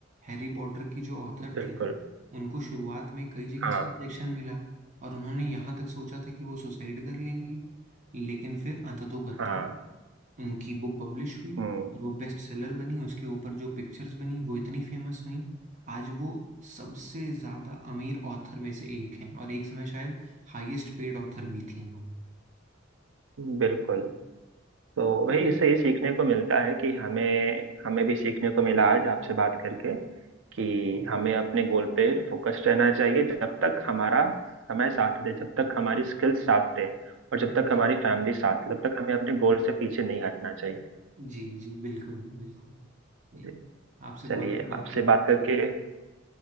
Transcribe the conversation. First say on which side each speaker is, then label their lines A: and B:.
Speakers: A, on the right; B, on the right.
A: हैरी पॉटर की जो ऑथर
B: बिल्कुल
A: थी उनको शुरुआत में कई जगह
B: हाँ
A: से रिजेक्शन मिला और उन्होंने यहाँ तक सोचा था कि वो सुसाइड कर लेंगी लेकिन फिर अंततोगत्वा
B: हाँ
A: उनकी बुक पब्लिश हुई
B: हम्म
A: और वो बेस्ट सेलर बनी उसके ऊपर जो पिक्चर्स बनी वो इतनी फेमस हुई आज वो सबसे ज़्यादा अमीर ऑथर में से एक हैं और एक समय शायद हाईएस्ट पेड ऑथर भी थी वो
B: बिल्कुल तो वही इससे ही सीखने को मिलता है कि हमें हमें भी सीखने को मिला आज आपसे बात करके कि
A: हाँ।
B: हमें अपने गोल पे फोकस्ड रहना चाहिए जब तक हमारा समय साथ दे जब तक हमारी स्किल्स साथ दे और जब
A: जी
B: तक हमारी फैमिली साथ दे तब तक हमें अपने गोल से पीछे नहीं हटना चाहिए
A: जी जी बिल्कुल बिल्कुल जी
B: जी
A: आपसे
B: चलिए
A: बहुत बात
B: आपसे
A: करके
B: बात
A: अच्छा
B: करके